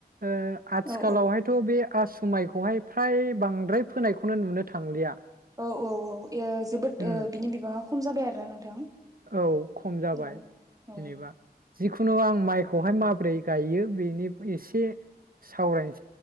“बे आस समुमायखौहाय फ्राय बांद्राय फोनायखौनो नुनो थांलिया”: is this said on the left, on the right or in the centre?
Right